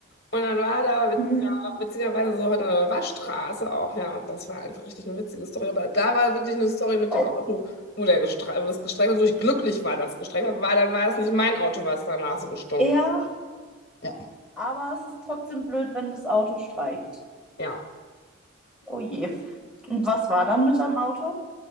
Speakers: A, on the left; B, in the centre.
A: Und dann war da witz-
B: Mhm.
A: ja, witzigerweise so eine Waschstraße auch, ja. Und das war einfach richtig eine witzige Story. Aber da war wirklich eine Story mit
B: Oh.
A: dem Auto, wo der gestre wo das gestreckt hat, wo ich glücklich war, dass es gestreckt hat, weil dann war es nicht mein Auto, was danach so gestunken.
B: Ja,
A: Ja.
B: aber es ist trotzdem blöd, wenn das Auto streikt.
A: Ja.
B: Oh je. Und was war dann mit deinem Auto?